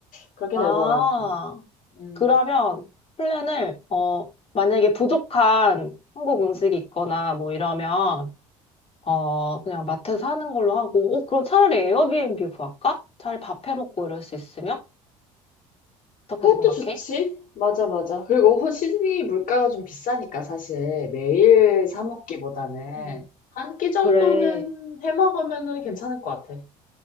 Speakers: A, on the left; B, on the left.
A: 그렇게
B: 아.
A: 되더라고. 음,
B: 그러면 플랜을, 어, 만약에 부족한 한국 음식이 있거나 뭐 이러면, 어, 그냥 마트에서 사는 걸로 하고, 어, 그럼 차라리 에어비앤비 구할까? 차라리 밥해 먹고 이럴 수 있으면? 어떻게
A: 그것도
B: 생각해?
A: 좋지. 맞아, 맞아. 그리고 호- 시드니 물가가 좀 비싸니까 사실 매일 사 먹기보다는
B: 음.
A: 한 끼 정도는
B: 그래.
A: 해 먹으면은 괜찮을 것 같아.